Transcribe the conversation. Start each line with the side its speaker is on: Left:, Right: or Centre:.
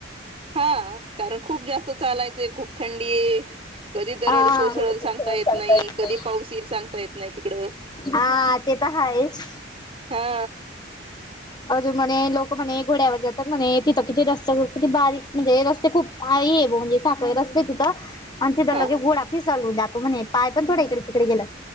Right: हा कारण खूप जास्त चालायचंय खूप थंडी आहे कधी दरड
Left: हा
Right: कोसळल
Left: पल..
Right: सांगता येत नाही कधी पाऊस येईल सांगता येत नाही तिकडं
Left: हा ते तर ह आहेच..
Right: हा...
Left: अजून म्हणे लोक म्हणे घोड्यावर जातात म्हणे तिथं किती रस्त किती बारीक म्हणजे रस्ते खूप आहे... म्हे साखळे र असले तिथं आणि तिथं
Right: हा
Left: लगे
Right: हा
Left: घोडा फिसालू जातो म्हणे पाय पण थोड्या इकडे तिकडे गेला..